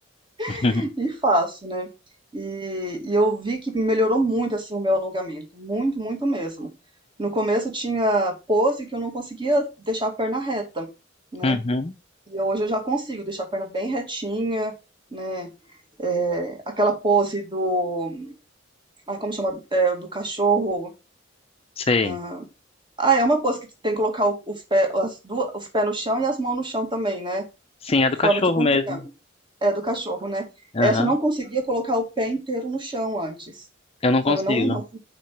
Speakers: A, on the left; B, on the right.
A: <laughs>
B: <laughs> e faço, né? E, e eu vi que melhorou muito, assim, o meu alongamento. Muito, muito mesmo. No começo tinha pose que eu não conseguia deixar a perna reta, né?
A: Uhum,
B: E hoje eu já consigo deixar a perna bem retinha, né? É, aquela pose do... Ai, como chama? É, do cachorro...
A: sei.
B: ah, Ah, é uma pose que tu tem que colocar o- os pés, as duas, os pés no chão e as mãos no chão também, né?
A: Sim, é
B: Forma
A: do cachorro
B: tipo um
A: mesmo.
B: triângulo. É do cachorro, né?
A: Aham,
B: Essa eu não conseguia colocar o pé inteiro no chão antes,
A: Eu não
B: sabe?
A: consigo.
B: Eu não, não,